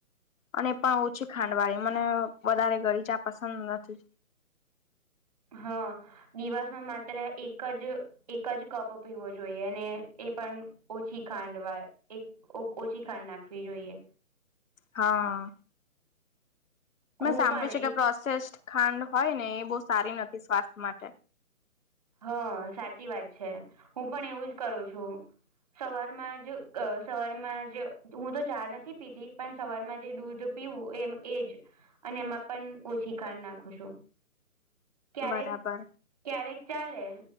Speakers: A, on the left (about 65°); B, on the right (about 25°).
A: અને પણ ઓછી ખાંડવાળી મને વધારે ગોળ ચા પસંદ નથી.
B: હા દિવસમાં માત્ર એક જ એક જ કપ પીવો જોઈએ અને એ પણ ઓછી ખાંડ વા એક ઓછી ખાંડ નાખવી જોઈએ.
A: હા મેં
B: હું
A: સાંભળ્યું
B: પણ
A: છે
B: એક
A: કે પ્રોસેસ્ ખાંડ હોય ને એ બહુ સારી નથી સ્વાસ્થ્ય માટે
B: હ સાચી વાત છે હું પણ એવું જ કરું છું. સવારમાં જ સવારમાં જ હું તો ચા નથી પીતી પણ સવારમાં જે દૂધ પીવું એ એજ અને એમાં પણ ઓછી ખાન નાખું છું. ક્યારેક
A: બરાબર
B: ક્યારેક ચાલે